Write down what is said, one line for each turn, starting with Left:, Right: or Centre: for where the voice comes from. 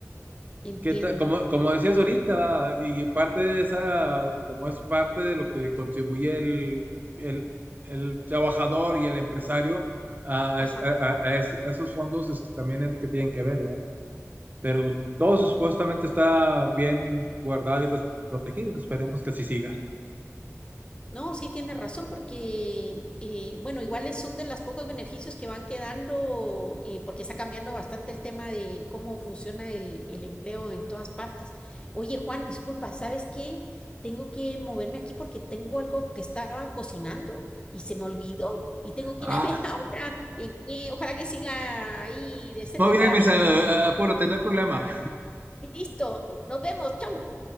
Left: Entiendo.
Right: ¿Qué tal? Como, como decías ahorita, y parte de esa, como es parte de lo que contribuye el, el- el trabajador y el empresario a,
Left: Ajá.
Right: a- a- a es- a esos fondos, este, también es lo que tienen que ver, ¿verdad? Pero todo supuestamente está bien guardado y res- protegido, esperemos que así siga.
Left: No, sí tiene razón porque, eh, bueno, iguales son de los pocos beneficios que van quedando eh, porque está cambiando bastante el tema de cómo funciona el, el empleo en todas partes. Oye, Juan, disculpa, ¿sabes qué? Tengo que moverme aquí porque tengo algo que estaba cocinando y se me olvidó y tengo que
Right: Ah,
Left: ir a <laughs> ver ahora en qué, ojalá que siga ahí decente
Right: Muy
Left: para
Right: bien, Mirza,
Left: poder.
Right: a- a- apúrate, no hay problema.
Left: Listo, nos vemos, chau.